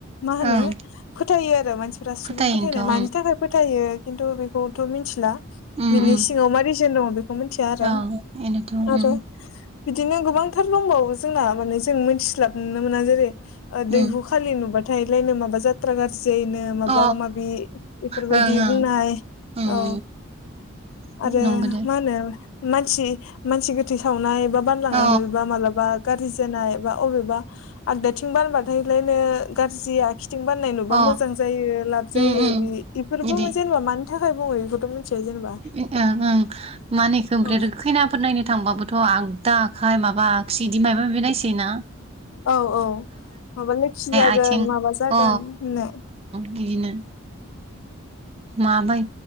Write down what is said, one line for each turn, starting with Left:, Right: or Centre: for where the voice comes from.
Left: मा हानो
Right: ओं
Left: फोथायो आरो मानसि फोरा सुबुं
Right: फोथायोनोथ'
Left: फोथायनाय
Right: ओं
Left: मानि थाखाय फोथायो खिन्थु बेखौथ मिथिला
Right: उम
Left: बिनि
Right: उम
Left: सिङाव मारै जोन दं मिथिया आरो
Right: ओं इनोथ' उम
Left: आरो बिदिनो गोबांथार दंबावो जोंना माने जों मिथिस्लाबनो मोना जेरै दैहु
Right: उम
Left: खालि नुबा थालाइनो माबा जा <unintelligible> जेनो माबा
Right: अ
Left: माबि बेफोरबायदि
Right: ओं ओं
Left: बुंनाय
Right: उम
Left: औ
Right: उम
Left: आरो
Right: नंगो दे
Left: मा होनो मानसि मानसि गोथै सावनाय बा बानलांनाय
Right: अ
Left: नुयोबा मालाबा गाज्रि जानाय बा अबेबा आगदाथि बारोबा थायलायनो गाज्रि आगसि बाननाय नुबा
Right: अ
Left: मोजां जायो लाब जायोबो
Right: उम उम
Left: इफोरबो
Right: इदि
Left: जेनेबा म नि थाखाय बुङो बेखौथ' मिथिया जेनेबा
Right: ओं ओं मानो इखो ओमफ्राय
Left: औ
Right: खैनाफोर नायनो थांबाबोथ आं दा आखाय माबा आगसि बिदि मायबा माबि नायसै ना
Left: औ औ माबा लोखि जागोन
Right: आथिं
Left: माबा जागोन
Right: अ
Left: होननाय।
Right: बिदिनो। मा बाय